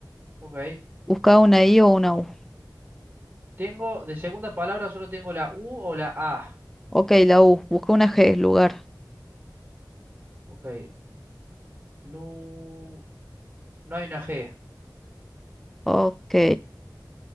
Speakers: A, on the right; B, in the centre.
A: Ok.
B: Busca una I o una U.
A: Tengo, de segunda palabra solo tengo la U o la A.
B: Ok, la U. Busca una G, lugar.
A: Ok. Lu. No hay una G.
B: Ok.